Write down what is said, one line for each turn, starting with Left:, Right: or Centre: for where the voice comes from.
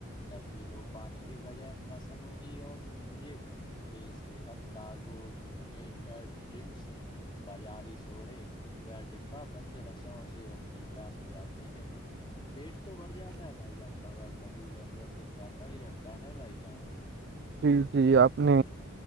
Left: تب بھی لو پانی کے بجائے مصنوعی اور مجر کے صحت کاربونیٹیڈ ڈرنکس بازاری سوڑے یا ڈبہ بند رسوں سے اپنی پیاس سجاتے ہیں پیٹ تو بھر جاتا ہے بھائی جان بیر بجو زنج سے پیسا ہی رہتا ہے بھائی جان
Right: جی جی آپ نے